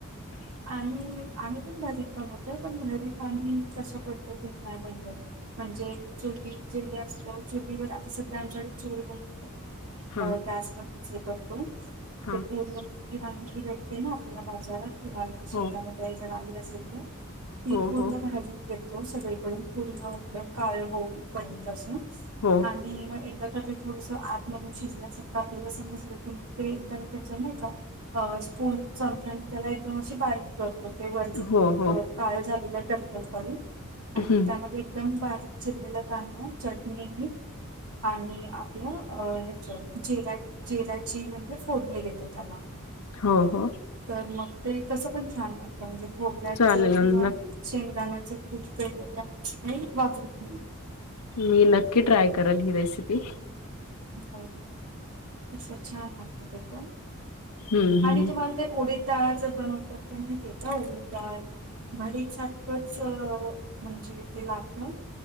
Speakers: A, on the left; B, on the right.
A: ह,
B: आम्ही, आम्ही पण भरीत बनवतोय, पण भरीत आम्ही तशा पद्धतीतन नाही बनवत. म्हणजे, चुली, चुली असतो, चुलीवर आता सध्या आमच्याकडे चुली नाही.
A: हा
B: अ गॅसवरतीच उकडतो,
A: हा
B: ते पूर्ण भऽ आपल्या बाजारला, किंवा शेतामध्ये
A: हो
B: जर आली असेल, तर ती
A: हो
B: पूर्ण
A: हो
B: भाजूनऽ तो सगळीकडून पूर्ण आपलं काळ होऊ पर्यंत असं,
A: हो,
B: आणि, मग एकदा का ते थोडस आतमधून शिजण्यासारखं आपल्याला समजल की मग ते एकदा त्या चा आहे का, अ स्ून चमचा ने, त्याला एकदम अशी बारीक करतो, ते वरचऽ
A: हो हो
B: काळ झालेलं टरफट काढून, आणि
A: हं.
B: त्यामध्ये एकदम बारीकऽ चिरलेला कांदा, चटणी, मीठ आणि आपलं अ ह्याच जिरा्याऽ जिराची म्हणजे फोडणी देतो त्याला.
A: हो, हो,
B: तर मग ते तसं पण छान लागतं म्हणजे, खोबऱ्याचं
A: चालेल
B: किंवा
A: न
B: शेंगदाण्याचं,, कुठ का गर नाही वापरत नाही.
A: मी नक्की ट्राय करेल ही रेसिपी.
B: हो, आसं छान लागत ते पण.
A: हम्म हम्म
B: आणि तुम्हाला ते ऊडीदडाळचं बनवतात ते माहतय का, ऊडीदडाळऽ भरीय सारखंच म्हणजे ते लागतय,